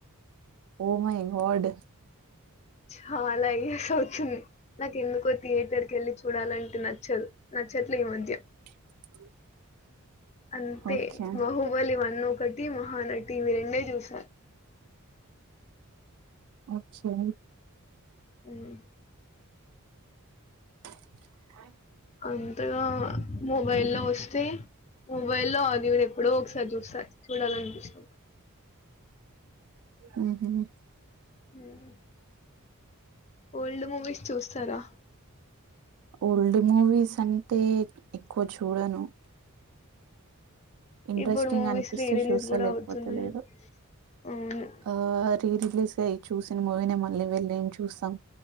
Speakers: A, on the right; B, on the left.
A: oh my god
B: ఛాలా years అవుతుంది నాకు ఎందుకో థియేటర్ కి వెళ్ళి చూడాలంటే నచ్చదు నచ్చట్లే ఈ మజ్యా
A: <unintelligible>
B: అంతే
A: ఓకే
B: మహూబలి వన్ ఒకటి మహానటి ఇవి రెండే చూశా
A: అఛ్చా అవ్
B: గదే
A: అ <unintelligible>
B: అంతగా మొబైల్ లో వస్తే మొబైల్లో అది ఇ <inaudible> ఎప్పుడో ఒకసారి చూస్తా చూడాల అనిపిస్తే
A: ఊ హు హు
B: <inaudible> ఓల్డ్ మూవీస్ చూస్తారా
A: ఓల్డ్ మూవీస్ అంటే ఎక్ ఎక్కువ చూడను ఇంట్రెస్టింగ్
B: ఇప్పుడు మూవీస్
A: అనిపిస్తే
B: రీ రిలీజ్
A: చూస్తా
B: గూడా
A: లేకపోతే
B: అవుతున్నాయి.
A: లేదు
B: అవును.
A: ఆ రీ రిలీజ్గా అయ్యే చూసిన మూవీ నే మళ్ళీ వెళ్ళేం చూస్తాం